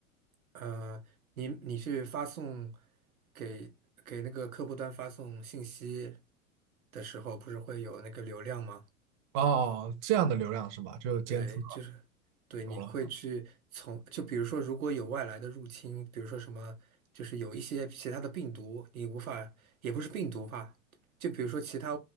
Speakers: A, on the right; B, on the right.
A: 呃，你你去发送给给那个客户端发送信息的时候，不是会有那个流量吗？
B: 哦，这样的流量是吧？就监测，
A: 对，就是对，
B: 懂了。
A: 你会去从就比如说，如果有外来的入侵，比如说什么，就是有一些其他的病毒，你无法，也不是病毒吧，就比如说其他